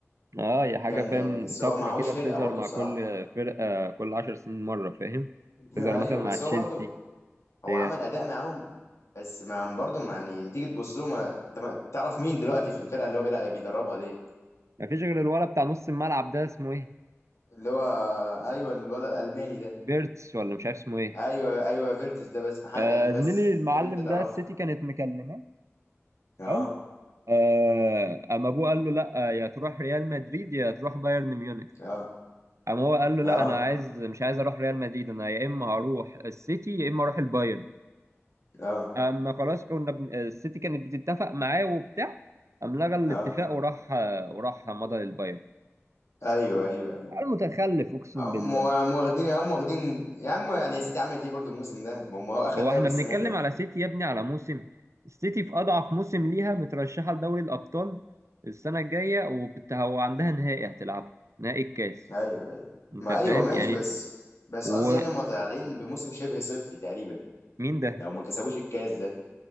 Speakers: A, on the right; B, on the left.
A: اه هي حاجه
B: جامده
A: فاهم
B: يعني بس
A: طفره
B: هو معهوش
A: كده
B: فرقه
A: بتظهر
B: برضه
A: مع
B: الصراحه
A: كل فرقه آه، كل 10 سنين مره فاهم
B: <laughs>
A: تظهر مثلا
B: ايوه
A: مع
B: بس
A: تشيلسي
B: هو برضه هو
A: بتاع
B: عمل اداء معاهم بس ما برضه ما يعني تيجي تبص له ما انت ما تعرف مين دلوقتي في الفرقه اللي هو بيلعب بيدربها دي
A: ما فيش غير الولد بتاع نص الملعب ده اسمه ايه
B: اللي هو ايوه الولد الالماني ده
A: فيرتس ولا مش عارف اسمه ايه
B: ايوه ايوه فيرتس ده بس ما حد-
A: آه
B: يعني بس
A: زميلي المعلم
B: ده اللي انت تعرفه
A: ده السيتي كانت مكلمه
B: اه
A: حلو آه، اما ابوه قال له لا يا تروح ريال مدريد يا تروح بايرن ميونخ
B: اه
A: اما هو قال له
B: اه
A: لا انا عايز مش عايز اروح ريال مدريد انا يا اما هروح السيتي يا اما اروح البايرن
B: اه
A: اما خلاص كنا بن... آه، السيتي كانت بتتفق معاه وبتاع قام لغى الاتفاق
B: اه
A: وراح آه، وراح مضى للبايرن
B: ايوه ايوه أيوه.
A: المتخلف اقسم
B: هم
A: بالله
B: هم واخدين هم واخدين يا عم يعني يا سيتي عملت ايه برضه الموسم ده ما هم هو اخد
A: هو
B: دوري
A: احنا
B: السنه
A: بنتكلم
B: دي اهو
A: على سيتي يا ابني على موسم السيتي في اضعف موسم ليها مترشحه لدوري الابطال السنه الجايه وبت- هو عندها نهائي هتلعبه نهائي الكاس
B: ايوه ايوه
A: انت
B: ما
A: فاهم
B: ايوه ماشي
A: يعني
B: بس بس
A: ومين
B: قصدي يعني هم طالعين بموسم شبه صفري تقريبا
A: ده
B: لو ما كسبوش الكاس ده